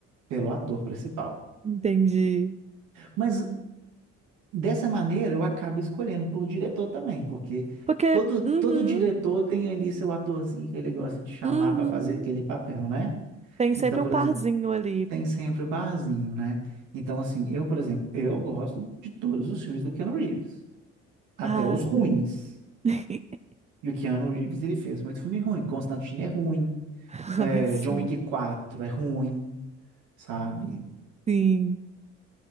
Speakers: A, on the right (about 80°); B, on the right (about 20°).
A: pelo ator principal.
B: Entendi.
A: Mas, dessa maneira, eu acabo escolhendo por diretor também, porque
B: Porque.
A: todo,
B: Uhum,
A: todo diretor tem ali seu atorzinho que ele gosta de chamar
B: uhum.
A: para fazer aquele papel, né?
B: Tem
A: Então,
B: sempre
A: por
B: um parzinho
A: exemplo,
B: ali.
A: tem sempre o parzinho, né? Então, assim, eu, por exemplo, eu gosto de todos os filmes do Keanu Reeves, até
B: Ah,
A: os ruins.
B: sim. <laughs>
A: E o Keanu Reeves, ele fez muito filme ruim. Constantine é ruim,
B: Ai,
A: é,
B: sim.
A: John Wick quatro é ruim, sabe?
B: Sim.